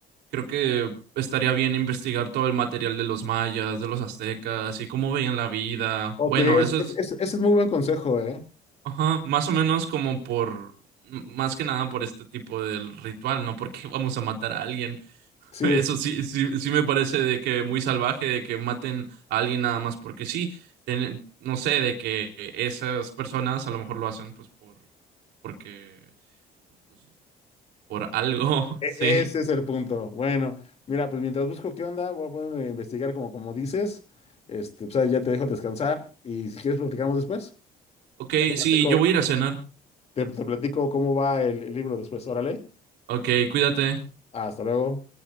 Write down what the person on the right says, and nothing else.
creo que estaría bien investigar todo el material de los mayas, de los aztecas, y cómo veían la vida.
Bueno,
eso
es,
ajá, más o menos como por, m- más que nada por este tipo del ritual, ¿no? Porque vamos a matar a alguien. <laughs>
Eso sí, sí, sí me parece de que muy salvaje, de que maten a alguien nada más porque sí, Ten- no sé, de que esas personas a lo mejor lo hacen pues por, porque pues, Por algo,
<laughs> sí.
Ok,
sí, yo voy a ir a cenar.
Ok, cuídate.